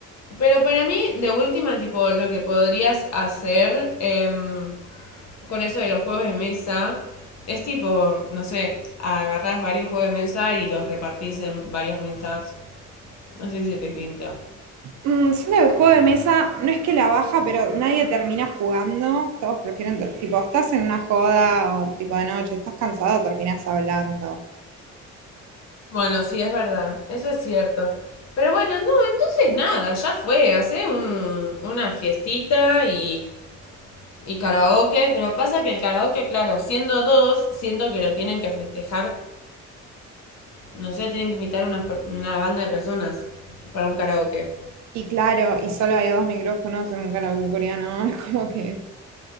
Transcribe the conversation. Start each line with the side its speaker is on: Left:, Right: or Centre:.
Left: Pero para mí, de última, tipo, lo que podrías hacer... em, con eso de los juegos de mesa, es tipo, no sé, agarrás varios juegos de mesa y los repartís en varias mesas. No sé si se te pinta.
Right: Mm, siento que el juego de mesa no es que la baja, pero nadie termina jugando. Todos prefieren, t- tipo, estás en una joda o tipo de noche, estás cansado, terminas hablando.
Left: Bueno, sí, es verdad, eso es cierto. Pero bueno, no, entonces nada, ya fue, hace un- una fiestita y, y karaoke, pero pasa que el karaoke, claro, siendo dos, siento que lo tienen que festejar, no sé, tienen que invitar unas una banda de personas para un karaoke.
Right: Y claro, y solo hay dos micrófonos en un karaoke coreano, <laughs> es como que.